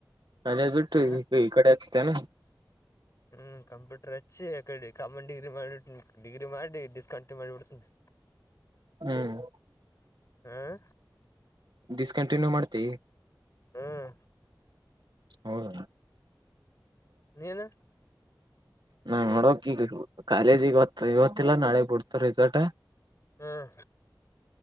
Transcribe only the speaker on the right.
ಅದೇ ಬಿಟ್ಟು
ಈ ಕಡೆ ಅಚ್ಚಿತಿಯೇನು
ಹ್ಮ್
ಡಿಸ್ ಕಂಟಿನ್ಯೂ ಮಾಡ್ತವಿ
ಹೌದ
ನಾ ನೋಡೋಕ್ ಈಗ ಕಾಲೇಜಿಗತ್ತು ಇವತ್ತಲ್ಲ ನಾಳೆ ಬಿಡ್ತ ರಿಸೋರ್ಟ್